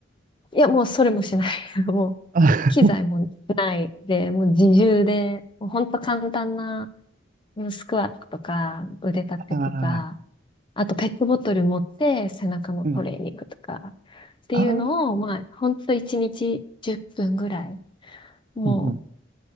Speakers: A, on the left; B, on the right.
A: う、いや、もうそれもしない。<laughs> もう、
B: <laughs>
A: 機材もないで、もう自重で、もうほんと簡単なスクワットとか、腕立てとか、
B: ああ、
A: あとペットボトル持って背中のトレーニングとか
B: うん。
A: っていうのを、
B: ああ、
A: まあ、ほんと1日10分ぐらい、も
B: うんうん。